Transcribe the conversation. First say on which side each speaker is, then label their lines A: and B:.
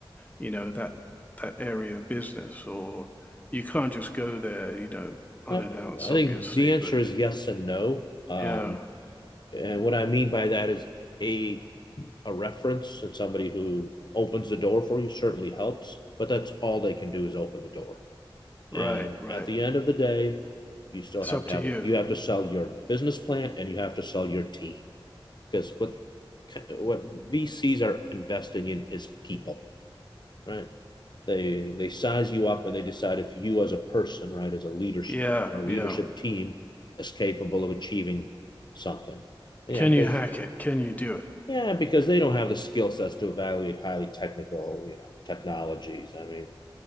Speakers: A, on the left; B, on the left.
A: you know that that area of business, or you can't just go there, you know, unannounced,
B: I I think
A: obviously.
B: the answer
A: But
B: is yes and no. Um,
A: yeah,
B: and what I mean by that is a a reference and somebody who opens the door for you certainly helps, but that's all they can do is open the door.
A: right,
B: And
A: right.
B: at the end of the day, you still
A: It's
B: have
A: up
B: to
A: to
B: have
A: you.
B: it. You have to sell your business plan and you have to sell your team because what what VCs are investing in is people, right? They they size you up and they decide if you as a person, right, as a leadership
A: Yeah,
B: or a leadership
A: yeah.
B: team is capable of achieving something. Yeah,
A: Can
B: because
A: you hack it? Can you do it?
B: yeah, because they don't have the skill sets to evaluate highly technical, you know, technologies. I mean,